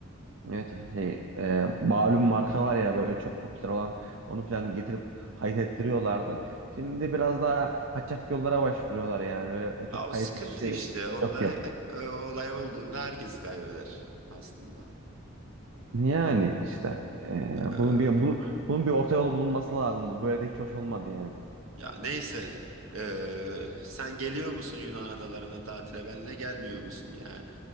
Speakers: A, on the right; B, on the right.
A: Evet şey e, malum marka var ya böyle çok popüler olan onu falan getirip kayıt ettiriyorlardı. Şimdi biraz daha kaçak yollara başvuruyorlar yani öyle çok
B: Aa, o
A: kayıt
B: sıkıntı
A: işi
B: işte onda
A: çok yok.
B: e, e, olay olduğunda herkes kaybeder aslında.
A: Yani işte e,
B: Ee,
A: bunun bir bunun, bunun bir orta yol bulunması lazımdı. Böyle de hiç hoş olmadı yani.
B: ya neyse. Ee, sen geliyor musun Yunan adalarına tatile benle gelmiyor musun yani?